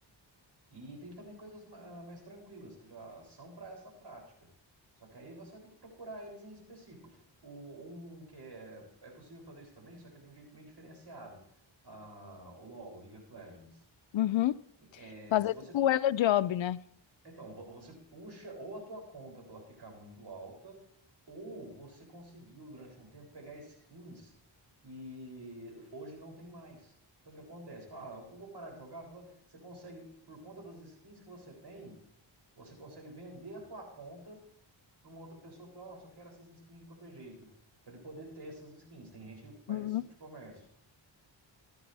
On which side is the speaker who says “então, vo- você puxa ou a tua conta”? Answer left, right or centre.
Right